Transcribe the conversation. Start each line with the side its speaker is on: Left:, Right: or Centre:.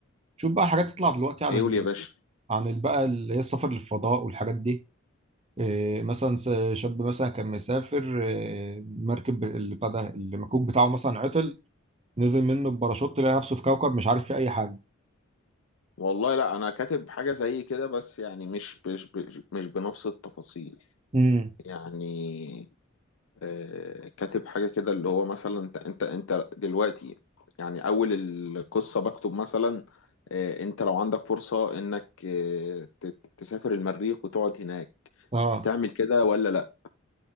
Right: شوف بقى حاجات تطلع دلوقتي عن
Left: إيه
Right: ال...
Left: قول يا باشا
Right: عن ال- بقى اللي هي السفر للفضاء والحاجات دي إيه مثلا س- شاب مثلا كان مسافر إيه، مركب اللي بتاع ده المكوك بتاعه مثلا عطل نزل منه بباراشوت لقى نفسه في كوكب مش عارف فيه اي حاجة
Left: والله لا انا كاتب حاجه زي كده بس يعني مش مش مش مش بنفس التفاصيل
Right: امم
Left: يعني آه كاتب حاجه كده اللي هو مثلا انت انت انت دلوقتي يعني اول القصه بكتب مثلا آه انت لو عندك فرصه انك آه ت- ت- تسافر المريخ وتقعد هناك
Right: اه
Left: هتعمل كده ولا لا